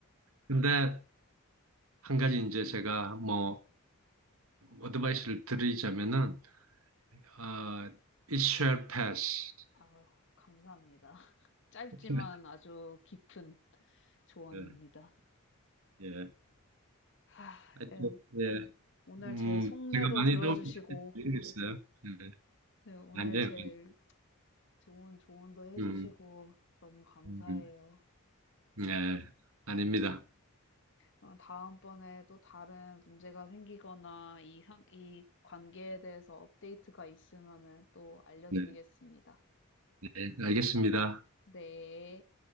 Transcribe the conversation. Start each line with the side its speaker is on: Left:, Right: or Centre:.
Right: 근데 한 가지 이제 제가 뭐 어드바이스를 드리자면은 어, it shall pass.
Left: 아 감사합니다. <laughs> 짧지만
Right: <laughs>
Left: 아주 깊은 조언입니다.
Right: 예. 예.
Left: 아
Right: 하여튼
Left: 네.
Right: 예.
Left: 오늘
Right: 음,
Left: 제 속내도
Right: 제가 많이
Left: 들어주시고,
Right: 도움이 됐는지 모르겠어요. 예.
Left: 네, 오늘
Right: 안 돼요.
Left: 제 좋은 조언도 해주시고,
Right: 음,
Left: 너무 감사해요.
Right: 음, 음. 예. 아닙니다.
Left: 어, 다음번에 또 다른 문제가 생기거나 이, 상, 이 관계에 대해서 업데이트가 있으면은 또 알려드리겠습니다.
Right: 네, 네. 알겠습니다.
Left: 네.